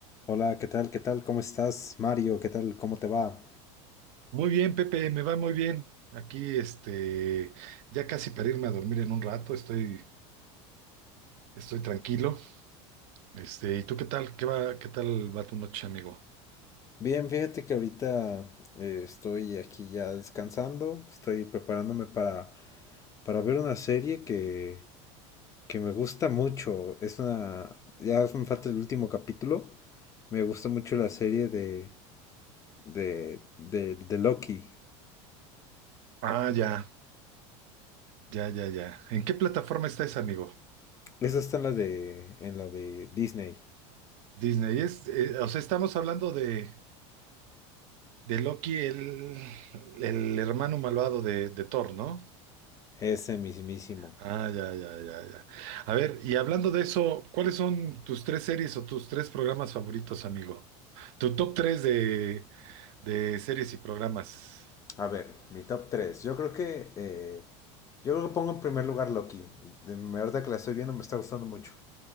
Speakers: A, on the left; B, on the right.
A: Hola, ¿qué tal? ¿Qué tal? ¿Cómo estás, Mario? ¿Qué tal? ¿Cómo te va?
B: Muy bien, Pepe, me va muy bien. Aquí, este, ya casi para irme a dormir en un rato, estoy, estoy tranquilo. Este, ¿y tú qué tal? ¿Qué va, qué tal va tu noche, amigo?
A: Bien, fíjate que ahorita eh, estoy aquí ya descansando, estoy preparándome para, para ver una serie que, que me gusta mucho. Es una, ya me falta el último capítulo. Me gusta mucho la serie de, de, de, de Loki.
B: Ah, ya, ya, ya, ya. ¿En qué plataforma está ese amigo?
A: Esa está en la de, en la de Disney.
B: Disney. Es, eh, o sea, estamos hablando de, de Loki, el, el hermano malvado de, de Thor, ¿no?
A: Ese mismísimo.
B: Ah, ya, ya, ya, ya. A ver, y hablando de eso, ¿cuáles son tus tres series o tus tres programas favoritos, amigo? Tu top tres de De series y programas.
A: A ver, mi top 3. Yo creo que. eh, yo creo que pongo en primer lugar Loki. De, me- ahorita que la estoy viendo, me está gustando mucho.